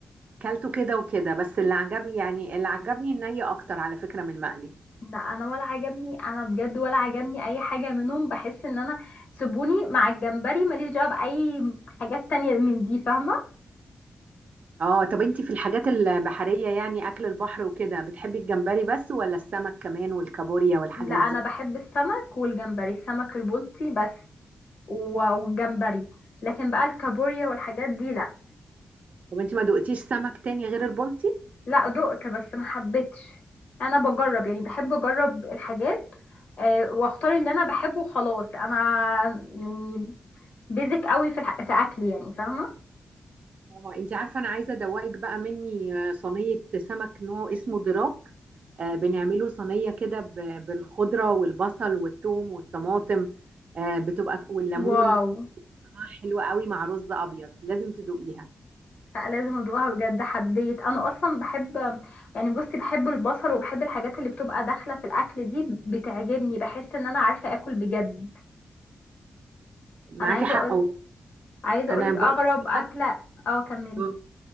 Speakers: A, on the right (about 60°); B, on the left (about 65°).
A: كلته كده وكده بس اللي عجبني يعني اللي عجبني الني أكتر على فكرة من المقلي
B: لا انا ولا عجبني انا بجد ولا عجبني اي حاجه منهم بحس ان انا سيبوني مع الجمبري ماليش دعوه باي حاجات تانية من دي فاهمه
A: اه طب انتي في الحاجات البحرية يعني أكل البحر وكده بتحبي الجمبري بس ولا السمك كمان والكابوريا والحاجات
B: لا انا
A: دي؟
B: بحب السمك والجمبري السمك البلطي بس و- والجمبري لكن بقى الكابوريا والحاجات دي لا
A: طب انتي ما دقتيش سمك تاني غير البلطي؟
B: لا دقت بس ما حبيتش انا بجرب يعني بحب اجرب الحاجات آه، واختار اللي انا بحبه وخلاص انا يعني بيزك قوي في الح... في اكلي يعني فاهمه
A: اه انت عارفه انا عايزه ادوقك بقى مني آه، صينيه سمك نوع اسمه دراك آه، بنعمله صينيه كده ب- بالخضره والبصل والثوم والطماطم آه، بتبقى والليمون
B: واو
A: طعمها حلو قوي مع رز ابيض لازم تدوقيها
B: لا لازم ادوقها بجد حبيت انا اصلا بحب يعني بصي بحب البصل وبحب الحاجات اللي بتبقى داخله في الاكل دي بتعجبني بحس ان انا عارفه اكل بجد
A: معاكي
B: انا عايزه
A: حق
B: اقول
A: أوي.
B: عايزه
A: انا
B: اقولك
A: برضه
B: اغرب
A: شايفه
B: اكله اه كملي
A: آه،